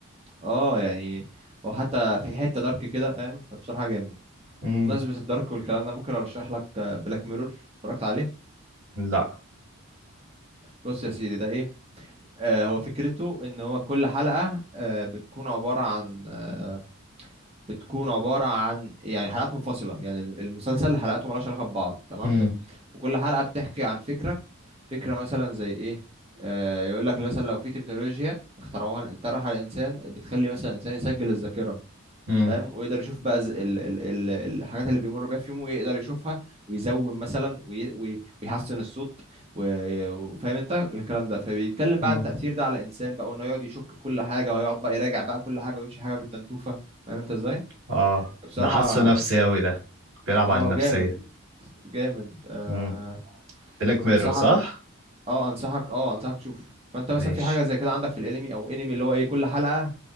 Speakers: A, on the right (about 25°); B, on the right (about 80°).
A: اه يعني وحتى في حته دارك كده فاهم فبصراحه جامد
B: امم
A: وبمناسبه الدارك والكلام ده ممكن ارشح لك بلاك ميرور اتفرجت عليه
B: لا
A: بص يا سيدي ده ايه آه هو فكرته ان هو كل حلقه آه بتكون عباره عن آه بتكون عبارة عن يعني حلقات منفصلة يعني المسلسل حلقاته مالهاش علاقة ببعض تمام
B: امم
A: وكل حلقة بتحكي عن فكرة فكرة مثلا زي ايه آه يقول لك مثلا لو في تكنولوجيا اخترعوها اخترعها الانسان بتخلي مثلا الانسان يسجل الذاكرة
B: امم
A: فاهم ويقدر يشوف بقى ز- ال ال ال الحاجات اللي بيمر بيها في يومه ويقدر يشوفها ويزوم مثلا وي وي- ويحسن الصوت و- وفاهم انت الكلام ده فبيتكلم بقى
B: امم
A: عن تأثير ده على الانسان بقى وانه يقعد يشك في كل حاجة وهيقعد بقى يراجع بقى كل حاجة ويمشي حاجة بالتنتوفة فاهم انت ازاي
B: اه
A: بصراحة
B: ده حاسه نفسي قوي ده بيلعب
A: اه
B: على النفسيه
A: جامد جامد آه
B: امم بلاك ميرور
A: انصحك
B: صح
A: اه انصحك اه انصحك تشوف فانت مثلا
B: ماشي
A: في حاجة زي كده عندك في الانمي او انمي اللي هو ايه كل حلقة